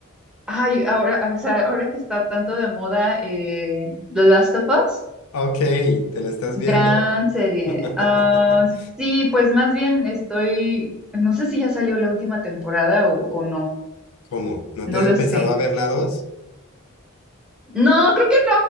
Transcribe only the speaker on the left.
Ok, te la estás
viendo.
<laughs>
¿Cómo? ¿No
te
han pensado
a ver la dos?